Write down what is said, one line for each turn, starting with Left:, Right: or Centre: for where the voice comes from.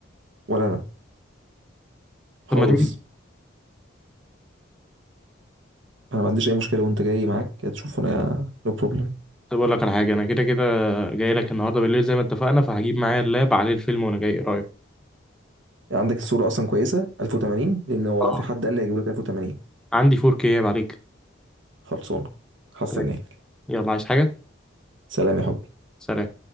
Right: ولا انا خالص
Centre: طب ما تيجي
Right: انا ما عنديش اي مشكله وانت جاي معاك تشوفه انا نو بروبلم
Centre: طب اقول لك على حاجه انا كده كده جاي لك النهارده بالليل زي ما اتفقنا فهجيب معايا اللاب عليه الفيلم وانا جاي ايه رايك
Right: عندك الصوره اصلا كويسه 1080 لان هو
Centre: آه.
Right: في حد قال لي هيجيب لك 1080
Centre: عندي 4K عيب عليك
Right: خلصانه هستناك
Centre: طيب يلا عايز حاجه
Right: سلام يا حبي
Centre: سلام